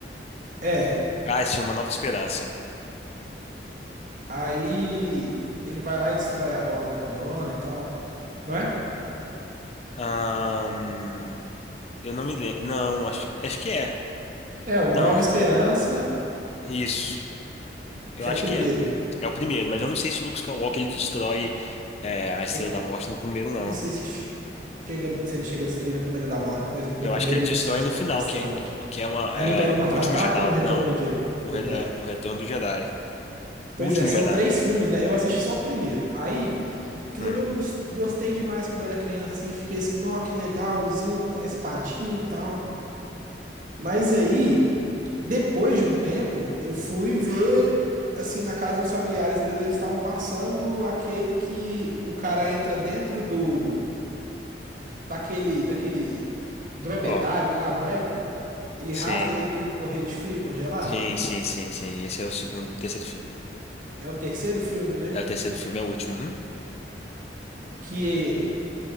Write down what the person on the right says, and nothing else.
É,
aí ele vai lá e destrói a bola grandona e tal, não é?
É, Uma
Nova Esperança,
que é
o primeiro.
E-
não sei se chega, se ele chega a destruir na primeira da morte. Na na
primeira
ele
destrói a Espe-
a Estrela
da Morte.
É
no Império
Contra-Ataca
ou no Retorno
do Je-
Jedi?
Pois
é, são
três
filmes, né? Eu assisti só o primeiro. Aí, aquilo
ali eu gos- gostei demais quando eu era criança, assim, fiquei assim, nó, que legalzinho, a espadinha e tal. Mas aí, depois de um tempo, eu fui ver, assim, na casa de uns familiares meus, eles estavam passando aquele que o cara entra dentro do, daquele, daquele dromedário
lá, branco. Ele
rasga ele pra ele não morrer de frio congelado.
É o terceiro filme, né?
Que